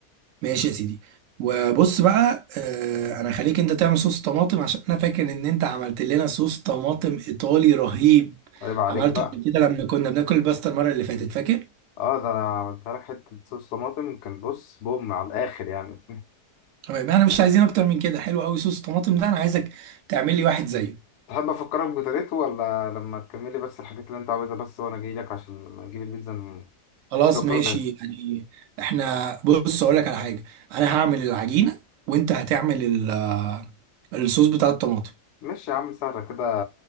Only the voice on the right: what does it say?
ماشي يا سيدي وبص بقى آه، انا خليك انت تعمل صوص طماطم عشان انا فاكر ان انت عملت لنا صوص طماطم ايطالي رهيب
عملته
قبل كده لما كنا بناكل الباستا المره اللي فاتت فاكر
تمام احنا مش عايزين اكتر من كده حلو قوي صوص الطماطم ده انا عايزك تعمل لي واحد زيه
خلاص
ماشي
يعني احنا بص اقول لك على حاجه انا هعمل العجينه وانت هتعمل ال- آه، الصوص بتاع الطماطم